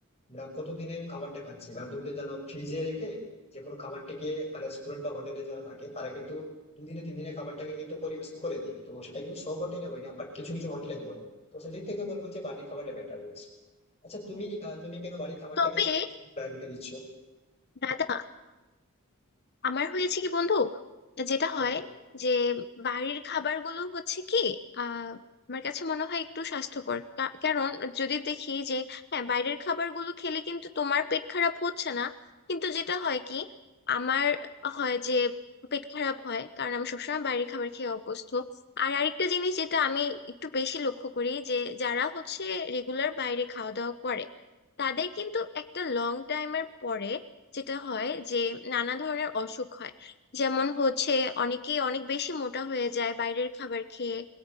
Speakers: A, on the left; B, on the left.
A: আমরা কতদিনের খাবারটা খাচ্ছি কারণ তুমি তো জানো ফ্রিজে রেখে যে কোনো খাবারটাকে রেস্টুরেন্ট বা হোটেলে যারা থাকে তারা কিন্তু দুদিনে তিন দিনের খাবারটাকে কিন্তু পরিবেশন করে দেয় তো সেটা কিন্তু সব হোটেলে হয় না বাট কিছু কিছু হোটেলে হয় তো সেদিক থেকে বলবো যে বাড়ির খাবারটা বেটার রয়েছে আচ্ছা তুমি আহ, তুমি কেন বাড়ির খাবারটাকে
B: তবে
A: এত বেশি প্রায়োরিটি দিচ্ছ
B: দাদা আমার হয়েছে কি বন্ধু যেটা
A: বলো
B: হয় যে বাড়ির খাবারগুলো হচ্ছে কি আহ আমার কাছে মনে হয় একটু স্বাস্থ্যকর কা- কারণ যদি দেখি যে হ্যাঁ বাইরের খাবারগুলো খেলে কিন্তু তোমার পেট খারাপ হচ্ছে না কিন্তু যেটা হয় কি আমার হয় যে পেট খারাপ হয় কারণ আমি সবসময় বাইরের খাবার খেয়ে অভ্যস্ত আর আরেকটা জিনিস যেটা আমি একটু বেশি লক্ষ্য করি যে যারা হচ্ছে রেগুলার বাইরে খাওয়া দাওয়া করে তাদের কিন্তু একটা লং টাইমের পরে যেটা হয় যে নানা ধরনের অসুখ হয় যেমন হচ্ছে অনেকে অনেক বেশি মোটা হয়ে যায় বাইরের খাবার খেয়ে